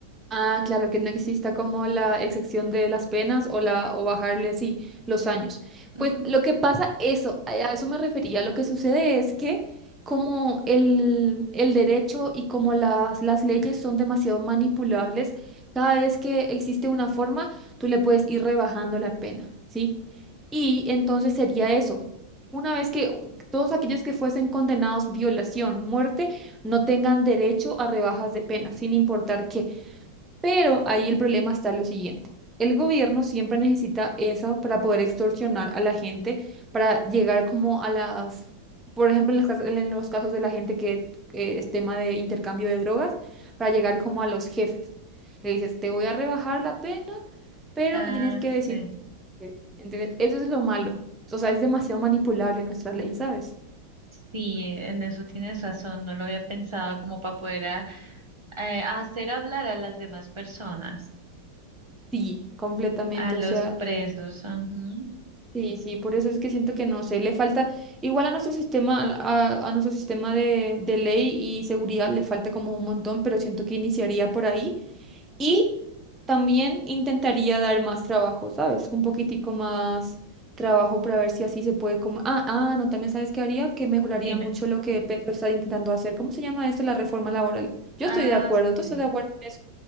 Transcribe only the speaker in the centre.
Ah, claro, que no exista como la exacción de las penas o la o bajarle sí los años.
Pues lo que pasa, eso, a a eso me refería. Lo que sucede es que como el, el derecho y como las, las leyes son demasiado manipulables, cada vez que existe una forma, tú le puedes ir rebajando la pena, ¿sí? Y entonces sería eso. Una vez que u- todos aquellos que fuesen condenados violación, muerte, no tengan derecho a rebajas de pena, sin importar qué. Pero ahí el problema está lo siguiente. El gobierno siempre necesita eso para poder extorsionar a la gente, para llegar como a las, por ejemplo, en los casos, en los casos de la gente que, que es tema de intercambio de drogas, para llegar como a los jefes. Le dices, te voy a rebajar la pena, pero
me tienes que
decir, que-". ¿entendés? Eso es lo malo. O sea, es demasiado manipulable nuestra ley, ¿sabes?
Sí, completamente.
O sea...
Sí, sí, por eso es que siento que no sé, le falta, igual a nuestro sistema, a, a nuestro sistema de, de ley y seguridad le falta como un montón, pero siento que iniciaría por ahí y también intentaría dar más trabajo, ¿sabes? Un poquitico más trabajo para ver si así se puede como, ah, ah, no, también sabes qué haría, que mejoraría
mucho lo que Petro está intentando hacer. ¿Cómo se llama esto? La reforma laboral. Yo
estoy de acuerdo, ¿tú estás
de acuerdo en eso?